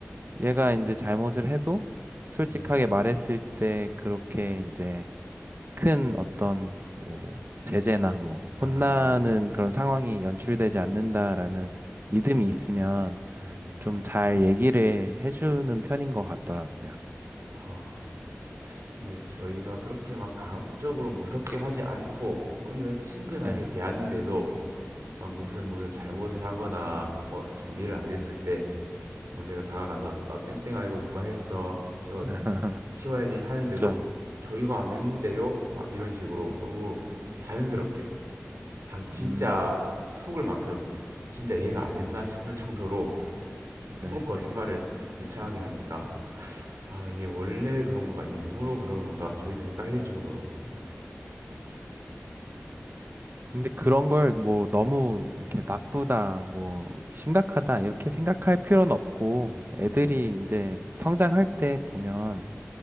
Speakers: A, on the right; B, on the right.
A: 얘가 이제 잘못을 해도 솔직하게
B: 음,
A: 말했을 때 그렇게 이제 큰 어떤 뭐 제재나 뭐
B: 아,
A: 혼나는 그런 상황이 연출되지 않는다라는 믿음이 있으면
B: 음.
A: 좀 잘 얘기를 해주는 편인 것 같더라고요.
B: 아, 근데 저희가 그렇게 막 강압적으로 무섭게 하지 않고 오히려 친근하게
A: 네.
B: 대하는데도 막 무슨 무슨 잘못을 하거나 뭐 정리를 안 했을 때 뭐 저희가 다가가서 어, 땡땡아 이거 누가 했어 이거
A: <laughs>
B: 치워야지 하는데도
A: 그렇죠.
B: 저희가 안 했는데요 막 이런 식으로 너무 자연스럽게 당 진짜
A: 음,
B: 속을 만큼 진짜 얘가 안 했나 싶을 정도로 <laughs>
A: 네네.
B: 너무 거짓말을 유창하게 하니까 아 이게 원래 그런 건가 일부러 그런 건가 저희도 헷갈릴 정도로
A: 근데 그런 걸 뭐 너무 이렇게 나쁘다, 뭐 심각하다 이렇게 생각할 필요는 없고
B: 음,
A: 애들이 이제 성장할 때 보면